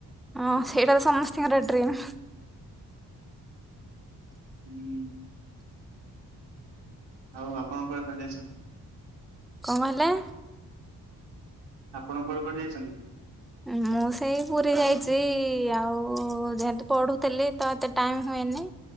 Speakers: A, in the centre; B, on the right.
A: ଓଁ ସେଇଟା ତ ସମସ୍ତିଙ୍କର ଡ୍ରିମ୍।
B: ହୁଁ ଆଉ ଆପଣ କୁଆଡେ କୁଆଡେ ଯାଇଚନ୍ତି?
A: କଣ କହିଲେ?
B: ଆପଣ କୁଆଡେ କୁଆଡେ ଯାଇଚନ୍ତି?
A: ମୁଁ ସେଇ ପୁରୀ ଯାଇଚି। ଆଉ ଯେହେତୁ ପଢୁଥିଲି ତ ଏତେ ଟାଇମ୍ ହୁଏନି।